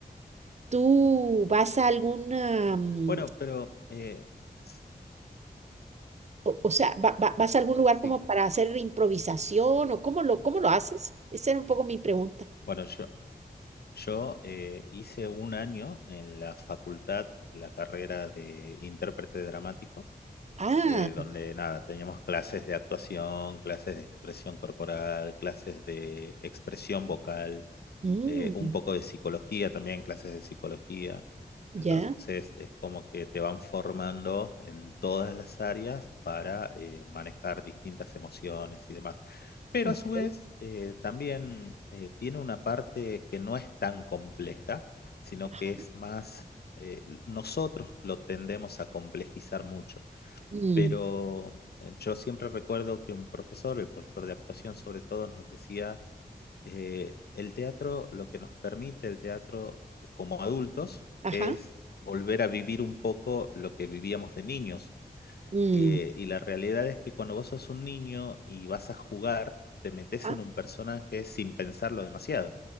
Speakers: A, on the right (about 45°); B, on the left (about 75°).
A: ¿Tú vas a alguna, mm,
B: Bueno, pero eh, s-
A: o, o sea, va- va- vas a algún lugar
B: sí.
A: como para hacer improvisación o cómo lo, cómo lo haces? Esa era un poco mi pregunta.
B: Bueno, yo, yo eh, hice un año en la facultad, la carrera de intérprete dramático,
A: Ah,
B: eh, donde nada, teníamos clases de actuación, clases de expresión corporal, clases de expresión vocal.
A: mm,
B: eh, un poco de psicología también, clases de psicología.
A: ya,
B: Entonces es como que te van formando en todas las áreas para eh, manejar distintas emociones y demás. Pero
A: ok,
B: a su vez eh, también eh, tiene una parte que no es tan compleja, sino
A: ajá,
B: que es más, eh, nosotros lo tendemos a complejizar mucho.
A: mm,
B: Pero eh, yo siempre recuerdo que un profesor, el profesor de actuación sobre todo, nos decía eh, el teatro, lo que nos permite el teatro eh, como adultos
A: ajá,
B: es volver a vivir un poco lo que vivíamos de niños.
A: mm,
B: Eh, y la realidad es que cuando vos sos un niño y vas a jugar, te metes
A: ajá,
B: en un personaje sin pensarlo demasiado.